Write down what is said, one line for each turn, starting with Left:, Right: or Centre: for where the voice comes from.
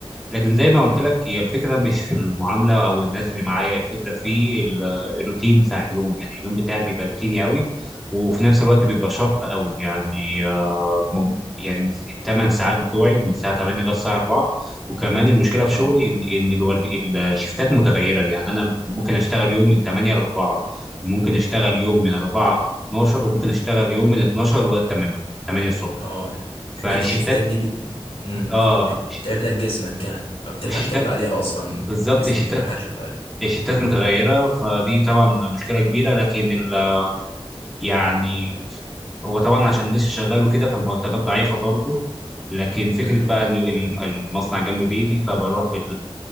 Centre: لكن زي ما قلت
Left: امم
Centre: لك هي الفكره مش في المعامله او الناس اللي معايا الفكره في ال- الروتين بتاع اليوم يعني اليوم بتاعي بيبقى روتيني قوي وفي نفس الوقت
Left: أمم.
Centre: بيبقى شاق قوي يعني آه، مم- يعني من الثمان ساعات بتوعي من الساعه 8 لغايه الساعه 4 وكمان المشكله في
Left: اه
Centre: شغلي ان ان الورد الشفتات متغيره يعني انا ممكن اشتغل يوم من 8 ل 4 وممكن اشتغل يوم من 4 ل 12 وممكن اشتغل يوم من 12 لغايه 8 8 الصبح
Left: اه
Centre: فالشفتات
Left: حكاية الشفتات دي بت... مم.
Centre: اه
Left: بتتعب لك جسمك يعني ما بتلحقش
Centre: الشفتات
Left: تاخد عليها اصلا
Centre: بالظبط
Left: جسمك
Centre: الشفتات
Left: ما بيلحقش ياخد عليها
Centre: الشيفتات
Left: مم.
Centre: متغيرة فدي طبعا مشكلة كبيرة لكن ال يعني هو طبعا عشان لسه شغال وكده فالمرتبات ضعيفة برضه لكن فكرة
Left: مم.
Centre: بقى إن الم- المصنع جنب بيتي فبروح بال